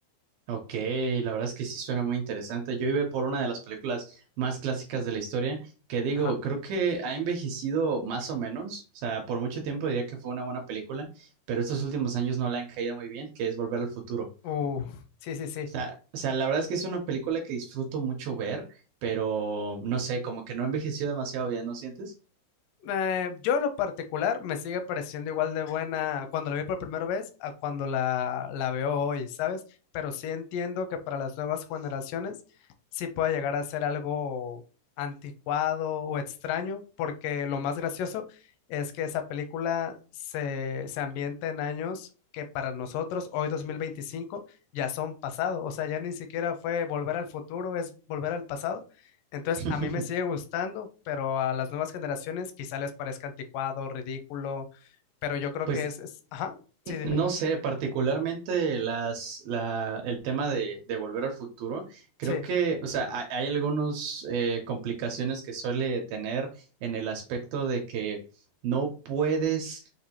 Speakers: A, on the right; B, on the left.
A: Ok, la verdad es que sí suena muy interesante. Yo iba por una de las películas más clásicas de la historia, que digo,
B: Ajá.
A: creo que ha envejecido más o menos, o sea, por mucho tiempo diría que fue una buena película, pero estos últimos años no la han caído muy bien, que es Volver al Futuro.
B: Uh, sí, sí, sí.
A: O sea, o sea, la verdad es que es una película que disfruto mucho ver, pero no sé, como que no ha envejecido demasiado bien, ¿no sientes?
B: Eh, yo en lo particular me sigue pareciendo igual de buena cuando la vi por primera vez a cuando la, la veo hoy, ¿sabes? Pero sí entiendo que para las nuevas generaciones sí puede llegar a ser algo anticuado o extraño, porque lo más gracioso es que esa película se, se ambienta en años que para nosotros hoy 2025 ya son pasado, o sea, ya ni siquiera fue volver al futuro, es volver al pasado entonces,
A: <laughs>
B: a mí me sigue gustando, pero a las nuevas generaciones quizá les parezca anticuado, ridículo, pero yo creo
A: Pues
B: que es, es- ajá, sí, dime,
A: No sé, particularmente las, la, el tema de, de Volver al Futuro, creo
B: sí,
A: que, o sea, hay, hay algunas complicaciones que suele tener en el aspecto de que no puedes